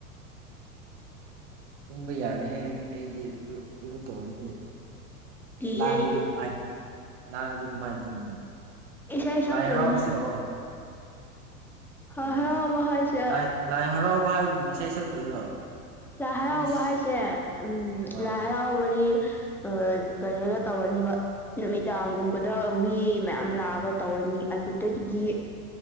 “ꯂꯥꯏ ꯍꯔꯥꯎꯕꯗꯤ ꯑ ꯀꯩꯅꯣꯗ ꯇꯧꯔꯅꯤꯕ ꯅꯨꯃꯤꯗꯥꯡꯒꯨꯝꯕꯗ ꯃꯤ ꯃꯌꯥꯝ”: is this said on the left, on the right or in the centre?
Centre